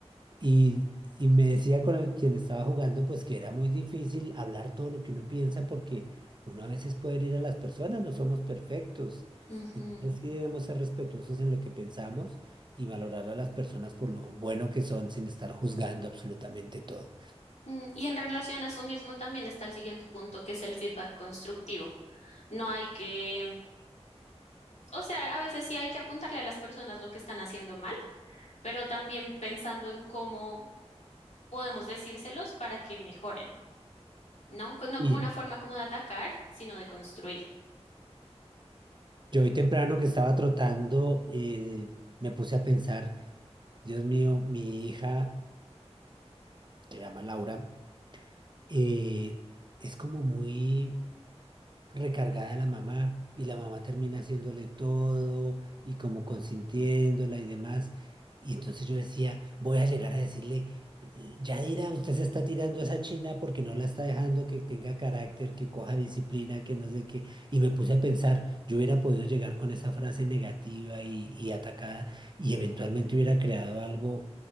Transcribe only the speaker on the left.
Ujú.
Mm, Y en relación a eso mismo también está el siguiente punto, que es el feedback constructivo. No hay que, o sea, a veces sí hay que apuntarle a las personas lo que están haciendo mal, pero también pensando en cómo podemos decírselos para que mejoren. No, co- no
como una forma como de atacar, sino de construir.